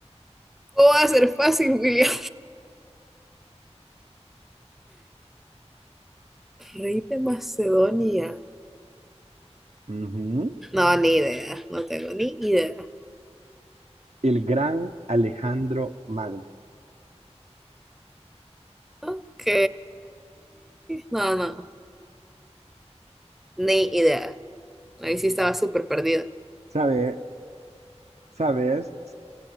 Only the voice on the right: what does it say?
Ujú.
El gran Alejandro Magno.
¿Sabe, ¿sabes?